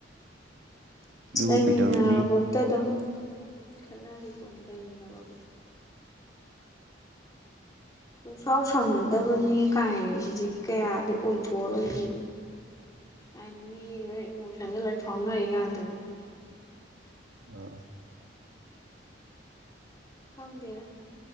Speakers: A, on the right; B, on the left.
A: ꯑꯗꯨꯕꯨ
B: ꯂꯩꯃꯤꯟꯅꯕꯕꯧꯇ
A: ꯀꯩꯗꯧꯔꯨꯅꯤ
B: ꯑꯗꯨꯝ ꯈꯠꯅꯔꯤ ꯄꯣꯠꯅꯤ ꯂꯩꯃꯤꯟꯅꯕꯧ ꯁꯨꯡꯁꯥꯎ ꯁꯥꯎꯅꯗꯕꯅꯤ ꯀꯥꯏꯁꯤꯗꯤ ꯀꯌꯥꯗꯤ ꯑꯣꯏꯊꯣꯛꯑꯔꯣꯏꯗꯤ ꯍꯥꯏꯗꯤ ꯃꯤ ꯂꯣꯏ ꯏꯃꯣꯁꯟꯗꯥ ꯂꯣꯏ ꯐꯥꯎꯅꯔꯤ ꯉꯥꯛꯇꯅꯤꯅ
A: ꯑꯥ
B: ꯈꯪꯗꯦꯗꯥ